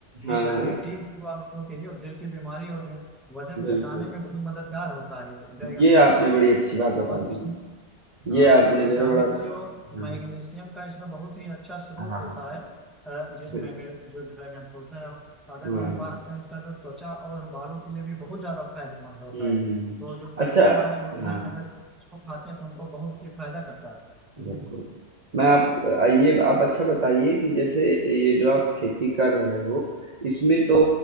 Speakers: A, on the right; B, in the centre.
A: हाँ
B: ये डायबिटीज
A: हाँ
B: वालों के लिए और दिल की बीमारी और जो वजन
A: बिल्कुल
B: घटाने में बहुत मददगार होता है ये ड्रैगन
A: ये
B: फ्रूट
A: आपने बड़ी अच्छी बात बता
B: और
A: दी
B: इसमें
A: है।
B: हाँ
A: ये आपने
B: विटामिन
A: जो है बड़ा अच्छा
B: सी और
A: हाँ
B: मैग्नीशियम का इसमें बहुत ही अच्छा स्रोत
A: हाँ
B: होता है अ, जिसमें
A: बिल्कुल
B: मेरे जो ड्रैगन फ्रूट है अगर
A: हाँ
B: जो हम बात करें इसका जो त्वचा और बालों के लिए भी बहुत ज्यादा फायदेमंद होता
A: हम्म
B: है तो जो शुगर
A: अच्छा
B: वाले लोग
A: हाँ
B: हैं अगर इसको खाते हैं तो उनको बहुत ही फायदा करता है
A: बिल्कुल
B: हम्म,
A: मैं आप आइए आप अच्छा बताइए कि जैसे ये जो आप खेती कर रहे हो इसमें तो